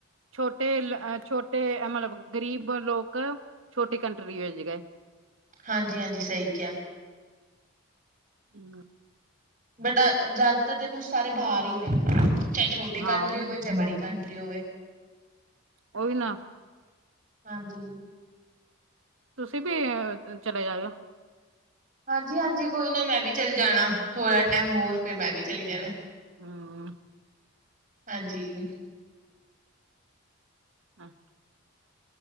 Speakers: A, on the right; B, on the right.
A: ਛੋਟੇ-ਛੋਟੇ ਮਤਲਬ ਗਰੀਬ ਲੋਕ ਛੋਟੀ ਕੰਟਰੀ ਵਿੱਚ ਗਏ।
B: ਹਾਂਜੀ -ਹਾਂਜੀ ਸਹੀ ਕਿਹਾ।
A: ਹਮ।
B: ਬਟ ਜ਼ਿਆਦਾਤਰ ਦੇਖੋ, ਸਾਰੇ ਬਾਹਰ ਹੀ ਨੇ। ਚਾਹੇ ਛੋਟੀ
A: ਹਾਂ
B: ਕੰਟਰੀ
A: ਉਹੀ
B: ਹੋਵੇ, ਚਾਹੇ ਬੜੀ ਕੰਟਰੀ ਹੋਵੇ।
A: ਉਹ ਵੀ ਨਾ।
B: ਹਾਂਜੀ।
A: ਤੁਸੀਂ ਵੀ, ਇਹ ਚਲੇ ਜਾਏ ਓ।
B: ਹਾਂਜੀ -ਹਾਂਜੀ, ਕੋਈ ਨਾ ਮੈਂ ਵੀ ਚੱਲ ਜਾਣਾ ਥੋੜ੍ਹਾ ਟਾਈਮ ਹੋਰ ਫਿਰ ਮੈਂ ਵੀ ਚਲੀ ਜਾਣਾ।
A: ਹਾਂ।
B: ਹਾਂਜੀ।
A: ਹਹ।